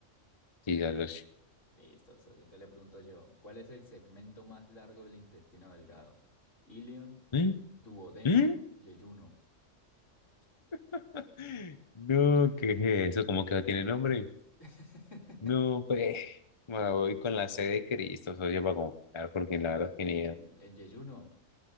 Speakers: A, on the left; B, on the left.
A: sí, esa asociación.
B: Listo. o sea, entonces le pregunto yo, ¿cuál es el segmento más largo del intestino delgado? Ilion,
A: ¿Mm?
B: duodeno,
A: ¿Mm?
B: yeyuno.
A: <laughs> No, ¿qué es eso? ¿Cómo que no tiene nombre?
B: <laughs>
A: No, pues, me voy con la sede de Cristo, socio, para confiar, porque la verdad es que ni idea.
B: El, el yeyuno.